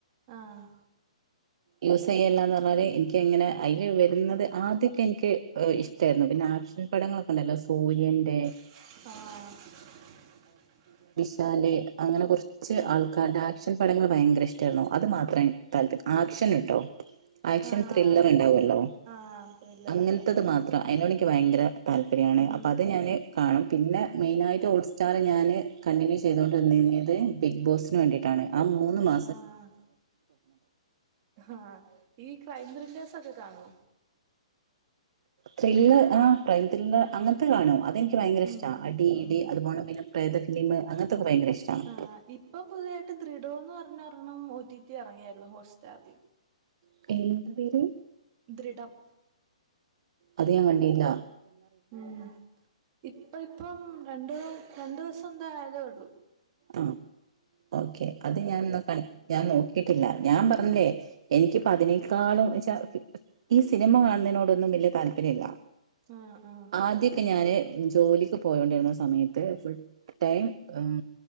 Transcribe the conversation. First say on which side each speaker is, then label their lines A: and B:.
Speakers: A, on the right (about 40°); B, on the right (about 55°).
A: ആഹ്
B: യൂസ് ചെയ്യല്ലാന്ന് പറഞ്ഞാല് എനിക്ക് അങ്ങനെ അയ്ന് വരുന്നത് ആദ്യൊക്കെ എനിക്ക് ഇഷ് ട്ടായിരുന്നു. പിന്നെ ആക്ഷൻ പടങ്ങളൊ ഉണ്ടല്ലോ സൂര്യന്റെ
A: ആഹ് <unintelligible>
B: ലാല് അങ്ങനെ കുറച്ച് ആൾക്കാര്ടെ ആക്ഷൻ പടങ്ങള് ഭയങ്കര ഇഷ് രുന്നു അതു മാത്രെ <unintelligible> ആക്ഷന്ട്ടോ ആക്ഷൻ
A: ആഹ്
B: ത്രില്ലറ് ഇണ്ടാവുലോ
A: ആഹ് ത്രില്ലറൊക്കെ
B: അങ്ങനത്തത്
A: ഉം
B: മാത്രം അയിനോടെനിക്ക് ഭയങ്കര താല്പര്യാണ്
A: ഉം
B: അപ്പൊ അത് ഞാന് കാണും പിന്നെ മെയിനായിട്ട് ഓൾ <unintelligible> ഞാന് കണ്ടിന്യൂ ചെയ്‌തോണ്ടിരുന്നത് ബിഗ് ബോസിന് വേണ്ടിട്ടാണ് ആ മൂന്ന് മാ
A: ആഹ് ആ ഈ <unintelligible> ത്രില്ലെഴ്‌സൊക്കെ കാണോ
B: ത്രില്ലെർ ആ ക്രൈം ത്രില്ലർ അങ്ങനത്തെ കാണും അത് എനിക്ക് ഭയങ്കര
A: ഉം
B: ഇഷ്ട്ട അടി
A: ഉം
B: ഇ ടി അത് പോലെ പിന്നെ പ്രേത ഫിലിമ് അങ്ങനതൊക്കെ ഭയങ്കര ഇഷ്ട്ടാണ്
A: ആ ഇപ്പം പുതിതായിട്ട് തൃഡോ ന്ന് ഒരെണ്ണം പുതിത് ഇറങ്ങ്യരുന്നു ഹോട്ട് സ്റ്റാറില്
B: <unintelligible> പേര്
A: ദൃടം
B: അത് ഞാൻ കണ്ടീല
A: ഉം ഇപ്പൊ ഇപ്പം രണ്ടു രണ്ടുസെന്ത്യ ആയതേ ഉള്ളു
B: ഉം ഓക്കേ അത് ഞാനെന്ന കണ്ട് ഞാൻ നോക്കിട്ടില്ല ഞാൻ പറഞ്ഞെ എനിക്കിപ്പോ അതിനേക്കാളും ന്നച്ചാ ഈ സിനിമ കാണുന്നതിനോടൊന്നും വലിയ താല്പര്യല്ല
A: ആഹ് ആഹ്
B: ആദ്യൊക്കെ ഞാന് ജോലിക്ക് പോയൊണ്ടിരുന്ന സമയത്ത് ഫുൾ ടൈം ഉം